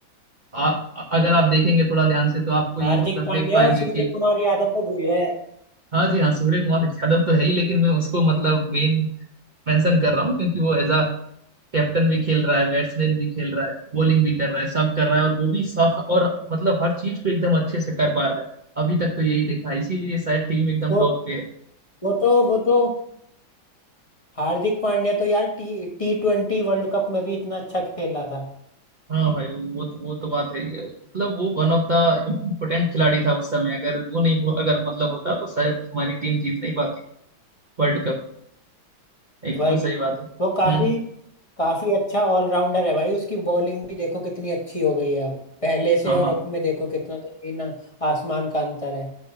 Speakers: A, on the right (about 75°); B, on the left (about 20°).
A: आ, अगर आप देखेंगे थोड़ा ध्यान से तो आपको
B: हार्दिक
A: ये मतलब
B: पांड्या
A: देख पाएंगे
B: और सूर्य
A: कि
B: कुमार यादव को भूल गए
A: हाँ जी हाँ सूर्य कुमार यादव तो है ही लेकिन मैं उसको मतलब मेन मेंशन कर रहा हूँ क्योंकि वो एज अ कैप्टन भी खेल रहा है बैट्समैन भी खेल रहा है बॉलिंग भी कर रहा है सब कर रहा है और वो भी सब और मतलब हर चीज को एकदम अच्छे से कर पा रहा है अभी तक तो यही देखा है इसीलिए शायद टीम एकदम
B: वो
A: टॉप पे है
B: वो तो वो तो हार्दिक पांड्या तो यार T T twenty world cup में भी इतना अच्छा खेला था
A: हाँ भाई वो वो तो वो तो बात है ये मतलब वो वन ऑफ द इम्पोर्टेंट खिलाड़ी था उस समय अगर वो नहीं हो- अगर मतलब होता तो शायद हमारी टीम जीत नहीं पाती वर्ल्ड कप एकदम
B: भाई
A: सही बात है हम्म
B: वो काफी
A: हम्म
B: काफी अच्छा ऑलराउंडर है भाई उसकी बॉलिंग भी देखो कितनी अच्छी हो गई है अब पहले से
A: हाँ हाँ
B: और अब में देखो कितना जमीन आसमान का अंतर है